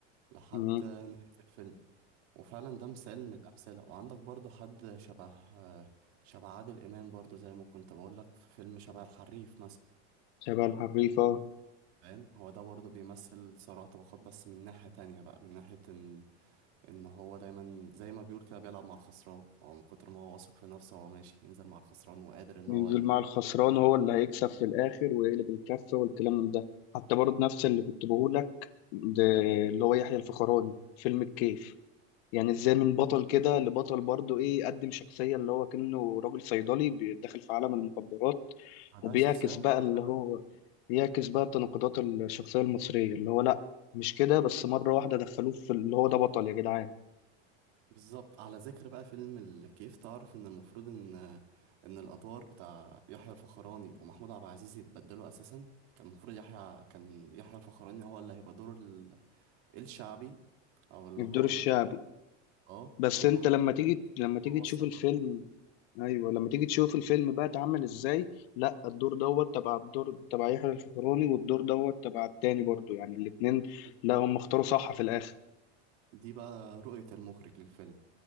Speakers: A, on the right (about 70°); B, on the left (about 65°).
A: لحد
B: مم.
A: نهاية الفيلم وفعلا ده مثال من الأمثلة وعندك برضو حد شبه شبه عادل إمام برضو زي ما كنت بقولك في فيلم شبه الحريف مثلا
B: شبه الحريفة
A: فاهم هو ده برضو بيمثل صراع طبقات بس من ناحية تانية بقى من ناحية إن إن هو دايما زي ما بيقول كده بيلعب مع الخسران هو من كتر ما هو واثق في نفسه هو ماشي ينزل مع الخسران وقادر إن
B: ينزل
A: هو ي...
B: مع الخسران
A: هي اللي
B: هو
A: بتكلم
B: اللي هيكسب في الآخر ويقلب الكفة والكلام من ده حتى برضه نفس اللي كنت بقولك ده اللي هو يحيى الفخراني فيلم الكيف يعني ازاي من بطل كده لبطل برضه ايه قدم شخصية اللي هو كأنه راجل صيدلي بيدخل في عالم المخدرات وبيعكس
A: ده شخصية
B: بقى
A: مركبة
B: اللي هو بيعكس بقى تناقضات الشخصية المصرية اللي هو لا مش كده بس مرة واحدة دخلوه في اللي هو ده بطل يا جدعان
A: بالظبط على ذكر بقى فيلم الكيف تعرف ان المفروض ان ان الادوار بتاع يحيى الفخراني ومحمود عبد العزيز يتبدلوا اساسا كان المفروض يحيى كان يحيى الفخراني هو اللي هيبقى دور ال... الشعبي او اللي
B: الدور
A: هو
B: الشعبي
A: ال... اه
B: بس
A: ومحمود
B: انت لما
A: عبد
B: تيجي لما
A: العزيز
B: تيجي
A: هو
B: تشوف
A: الصيدلي
B: الفيلم ايوه لما تيجي تشوف الفيلم بقى اتعمل ازاي لا الدور دوت تبع الدور تبع يحيى الفخراني والدور دوت تبع التاني برضو يعني الاتنين
A: بالظبط
B: لا هم اختاروا صح في الاخر
A: دي بقى رؤية المخرج للفيلم